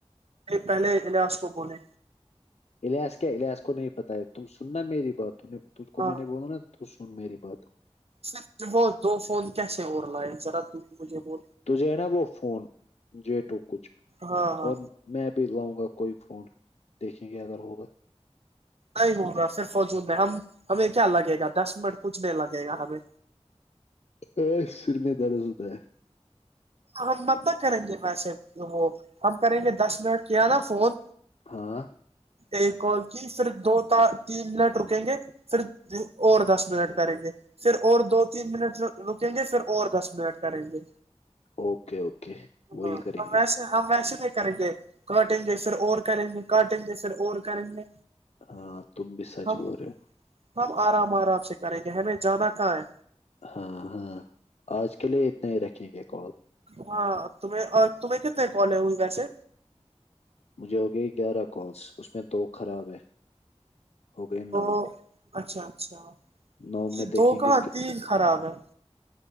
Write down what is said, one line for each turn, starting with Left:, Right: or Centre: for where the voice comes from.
Right: پہلے اللاس کو بولے
Left: اس کیا اس کو نہیں پتا ہے تم سننا میری بات ت کو
Right: ہاں
Left: میں نے بول نا تو سن میری بات
Right: سر وہ دو فون کیسے ا لا ہے ذرا تو مجھے وہ
Left: تو جو ہے نا وہ فون جی ٹو کچھ
Right: ہاں ہاں
Left: اور میں بھیہ لاؤں گا کوئی فون دیکھیں گے اگر ہوگا
Right: نہیں ہوگا پھر فوجود میں ہم ہمیں کیا لگے گا دس منٹ کچھ نہیں لگے گا ہمیں
Left: ا سر میں دراز ہوتا ہے
Right: ہم مت نہ کریں گے ویسے وہ ہم کریں گے دس منٹ کیا نا فون
Left: ہاں
Right: ایک اور کی پھر دو ت تین لنٹ رکیں گے پھرن اور دس منٹ کریں گے پھر اور دو تین منٹ رکیں گے پھر اور دس منٹ کریں گے
Left: اوکے اوکے وہی
Right: ہم
Left: کریں گے
Right: ویسے ہم ویسے نہیں کریں گے کٹنگ جیسے اور کریں گے کٹنگ جیسے اور کریں گے
Left: ہاں تمس سج
Right: ہم
Left: ہوے
Right: ہم آرام آرام سے کریں گے ہمیں جانا کہاں ہے
Left: ہاں ہاں آج کے لیے اتنا ہی رکھیں گے کال
Right: ہاں تمیں اور تمہیں کتنے کالے ہوئی ویسے
Left: مجھے ہوگئی گیارہ کالس اس میں دو خراب ہے ہو گئے نو
Right: تو اچھا اچھا
Left: نو
Right: یہ
Left: میں دیکھیں
Right: دو کہاں
Left: گے
Right: تین خراب ہے